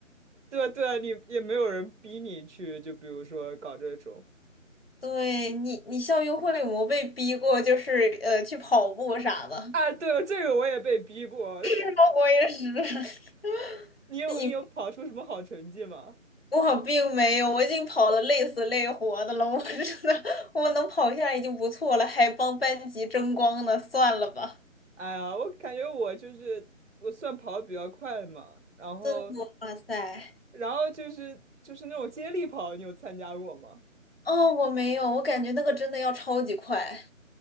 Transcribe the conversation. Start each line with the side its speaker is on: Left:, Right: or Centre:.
Right: 对啊对，啊，你也没有人逼你去，就比如说搞这种，
Left: 对你，你校运会有没有被逼过？就是呃，去跑步啥的。
Right: 哎，对，这个我也被逼过，
Left: <laughs> 我也是，
Right: <laughs> 你有你有跑出什么好成绩吗？
Left: <laughs> 你我并没有，我已经跑得累死累活的了。我真的，我能跑下来已经不错了，还帮班级争光呢，算了吧。
Right: 哎呀，我感觉我就是我算跑的比较快嘛，然后。
Left: 真的，哇塞！
Right: 然后就是就是那种接力跑，你有参加过吗？
Left: 哦，我没有，我感觉那个真的要超级快